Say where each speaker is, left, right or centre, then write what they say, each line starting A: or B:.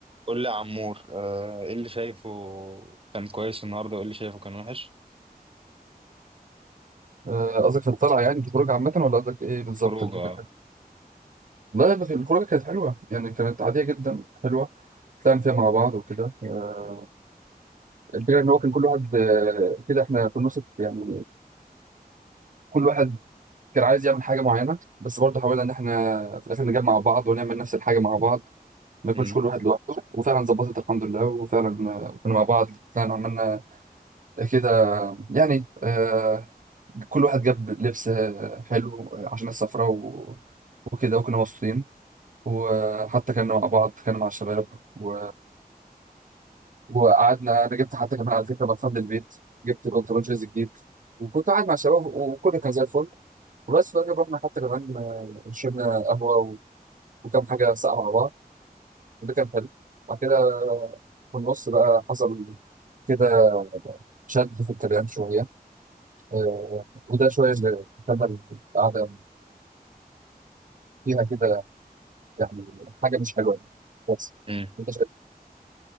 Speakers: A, on the right; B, on the right.
A: قول لي يا عمور آه، ايه اللي شايفه كان كويس النهارده وايه اللي شايفه كان وحش
B: آه، قصدك في الطلعة يعني في الخروج عامة ولا قصدك إيه بالظبط
A: الخروج
B: اللي
A: اه
B: كان حلو؟ لا لا في الخروجة كانت حلوة يعني كانت عادية جدا حلوة طلعنا فيها مع بعض وكده آه، الفكرة إن هو كان كل واحد آه، كده إحنا في النص يعني كل واحد كان عايز يعمل حاجة معينة بس برضه حاولنا إن إحنا في الآخر نجمع بعض ونعمل نفس الحاجة مع بعض ما يكونش
A: مم.
B: كل واحد لوحده وفعلا ظبطت الحمد لله وفعلا آه، كنا مع بعض طلعنا عملنا كده يعني آه، كل واحد جاب لبس آه، حلو آه، عشان السفرة و- وكده وكنا مبسوطين وحتى كنا مع بعض كنا مع الشباب و... وقعدنا انا جبت حتى كمان على فكره بطلت البيت جبت الانترنشيز جديد وكنت قاعد مع الشباب وكل كان زي الفل وبس في الاخر رحنا حتى كمان آه، شربنا قهوه و... وكم حاجه ساقعه مع بعض وده كان حلو وبعد كده في النص بقى حصل كده شد في الكلام شويه آه، وده شويه اللي خلى القعده فيها كده يعني حاجه مش حلوه يعني. بس
A: مم.
B: انت شايف